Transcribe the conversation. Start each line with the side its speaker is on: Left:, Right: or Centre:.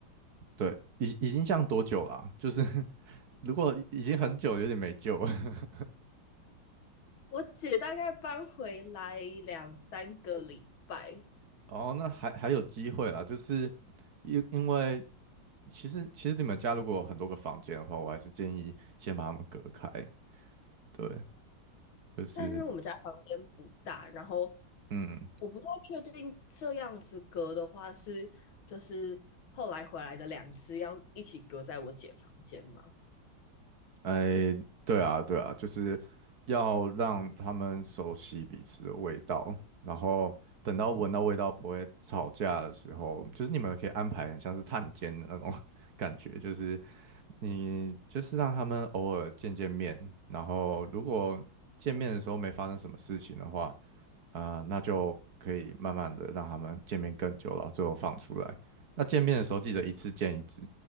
Right: 对，已已经这样多久了啊就是 <laughs> 如果已已经很久，有点没救了。
Left: 我姐大概搬回来两三个礼拜，
Right: <laughs> 哦，那还还有机会啦，就是因因为其实其实你们家如果有很多个房间的话，我还是建议先把它们隔开。对，就是
Left: 但是我们家房间不大，然后
Right: 嗯。
Left: 我不太确定这样子隔的话是就是后来回来的两只要一起隔在我姐房间吗？
Right: 哎，对啊，对啊，就是要让他们熟悉彼此的味道，然后等到闻到味道不会吵架的时候，就是你们可以安排很像是探监的那种 <laughs> 感觉，就是你就是让他们偶尔见见面，然后如果见面的时候没发生什么事情的话，啊、那就可以慢慢的让他们见面更久，了，最后放出来。那见面的时候记得一次见一只，